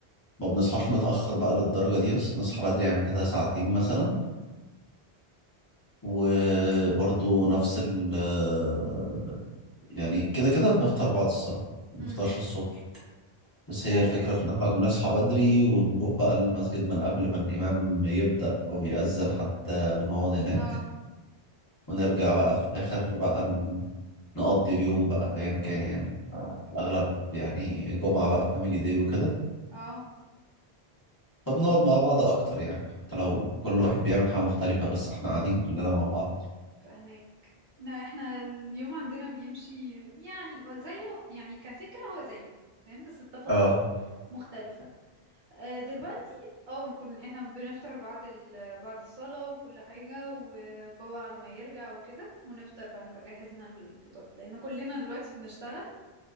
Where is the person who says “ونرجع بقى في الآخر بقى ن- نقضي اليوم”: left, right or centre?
Left